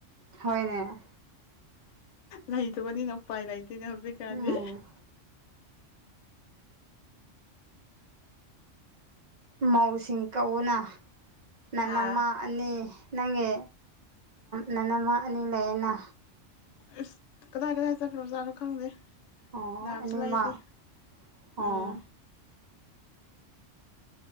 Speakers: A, on the right; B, on the left.
A: ꯍꯅꯦ
B: ꯂꯩꯇꯕꯅꯤꯅꯄꯥꯏ ꯂꯩꯇꯣꯏꯅꯦ ꯍꯧꯞꯄꯦ ꯀꯥꯔꯗꯤ
A: ꯎꯝ ꯃꯧꯁꯤ ꯀꯎꯅꯥ ꯅꯅꯃ
B: ꯍꯥ
A: ꯑꯅꯤ ꯅꯪꯒꯤ ꯅꯅꯃ ꯑꯅꯤ ꯂꯩꯌꯦꯅ
B: ꯑꯁ ꯀꯗꯥꯏ ꯀꯗꯥꯏ ꯆꯠꯈ꯭ꯔꯣꯖꯥꯠꯅꯣ ꯈꯪꯗꯦ
A: ꯑꯣ
B: ꯂꯝ
A: ꯑꯅꯤꯃꯛ
B: ꯆ ꯂꯏꯗ
A: ꯑꯣ
B: ꯎꯝ